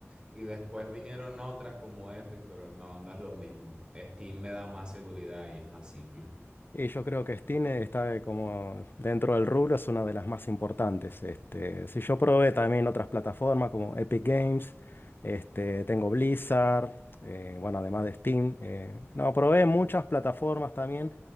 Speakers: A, on the right; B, on the left.
A: Y después vinieron otras como Epic, pero no, no es lo mismo. Steam me da más seguridad y es más simple.
B: Y yo creo que Steam está eh, como dentro del rubro, es una de las más importantes. Este, si yo probé también otras plataformas como Epic Games, este, tengo Blizzard, eh, bueno, además de Steam. eh, no, probé muchas plataformas también,